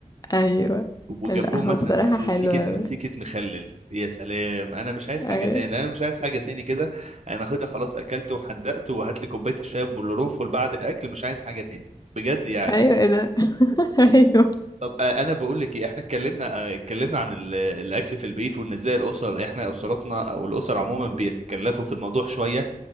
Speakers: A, on the left (about 25°); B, on the right (about 55°).
A: ايوه
B: وجنبهم
A: لا هو
B: مثلا
A: بصراحة
B: س-
A: حلو
B: سيكه
A: قوي
B: سيكه مخلل يا سلام انا مش عايز حاجه
A: ايوه
B: تاني انا مش عايز حاجه تاني كده انا خدها خلاص اكلت وحدقت وهات لي كوبايه الشاي بالقرنفل بعد الاكل مش عايز حاجه تاني بجد يعني
A: ايوه ايه ده <laughs> ايوه
B: طب آه، انا بقول لك إيه، احنا اتكلمنا آه، اتكلمنا عن ال- الاكل في البيت وان ازاي الاسر احنا اسرتنا او الاسر عموما بيتكلفوا في الموضوع شويه